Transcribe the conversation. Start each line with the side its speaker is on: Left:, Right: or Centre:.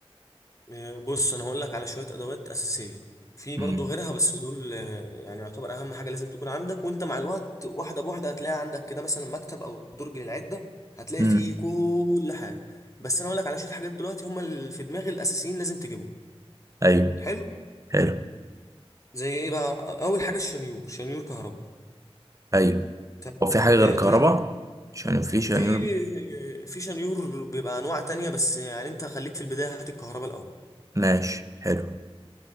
Left: آه، بص انا هقول لك على شويه ادوات اساسيه في
Right: امم
Left: برضو غيرها بس دول آه، يعني يعتبر اهم حاجه لازم تكون عندك وانت مع الوقت واحده بواحده هتلاقي عندك كده مثلا مكتب او درج للعده هتلاقي
Right: امم
Left: فيه كل حاجه بس انا هقول لك على شويه حاجات دلوقتي هم اللي في دماغي الاساسيين لازم تجيبهم
Right: ايوه
Left: حلو
Right: حلو
Left: زي ايه بقى اول حاجه الشنيور شنيور كهرباء
Right: ايوه
Left: تمام
Right: هو في حاجه غير
Left: آه،
Right: الكهرباء
Left: تاني حاجه
Right: عشان مفيش يعني
Left: في آه، في شنيور بيبقى انواع تانية بس يعني انت خليك في البدايه هات الكهرباء الاول
Right: ماشي حلو